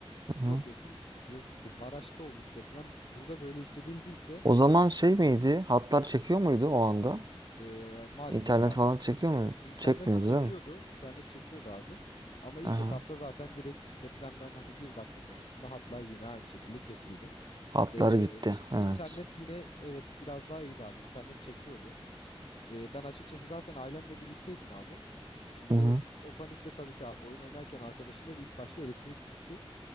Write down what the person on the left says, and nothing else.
Bir
bakıyorsun diyorsun ki Maraş'ta olmuş deprem burada böyle hissedildiyse
e, maalesef
abi.
İnternet
çekiyordu.
internet çekiyordu abi. Ama ilk
etapta zaten direkt depremden hani bir dakika sonrasında hatlar yine aynı şekilde kesildi.
Ee,
internet yine evet biraz daha iyiydi abi. İnternet çekiyordu. Ee, ben açıkçası zaten ailemle birlikteydim abi. Şimdi
o panikte tabii ki oyun oynarken arkadaşımda bir ilk başta elektrik gitti.